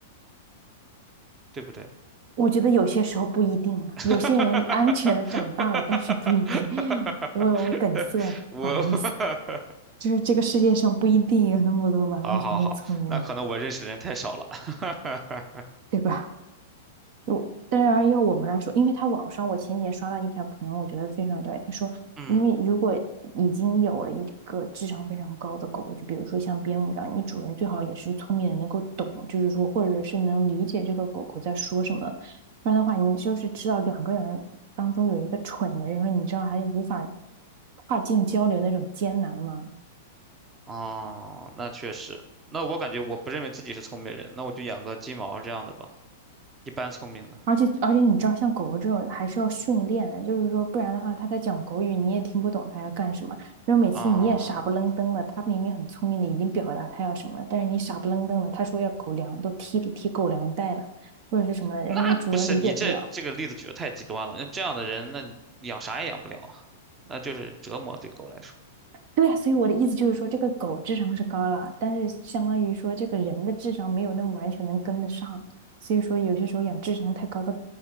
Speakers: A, on the right; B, on the right.
A: 对不对？
B: 我觉得有些时候不一定啊有些人安全的长大了，
A: <laughs>
B: 但是不一定。<laughs> 我我梗塞了，
A: 我
B: 不好意思，
A: <laughs>
B: 就是这个世界上不一定有那么多完完全全聪明的人，
A: 好好好，那可能我认识的人太少了。<laughs>
B: 对吧？如当然要我们来说，因为他网上我前几天刷到一条评论，我觉得非常对。他说，
A: 嗯，
B: 因为如果已经有了一个智商非常高的狗，就比如说像边牧这样，你主人最好也是聪明的，能够懂，就是说或者是能理解这个狗狗在说什么。不然的话，你就是知道两个人当中有一个蠢的，然后你知道还无法跨境交流那种艰难吗？
A: 哦，那确实，那我感觉我不认为自己是聪明人，那我就养个金毛这样的吧，一般聪明的
B: 而且而且你知道，像狗狗这种还是要训练的就是说，不然的话，它在讲狗语，你也听不懂它要干什么。然后每次你也傻不愣登的，
A: 啊。
B: 它明明很聪明的，已经表达它要什么了但是你傻不愣登的，它说要狗粮，都踢踢狗粮袋了，或者是什么的，
A: 那不是你这这个例子举的太极端了。
B: 然后那个主人理解不了。
A: 那这样的人，那你养啥也养不了啊，那就是折磨对狗来说。
B: 对呀，所以我的意思就是说，这个狗智商是高了，但是相当于说这个人的智商没有那么完全能跟得上，所以说有些时候养智商太高的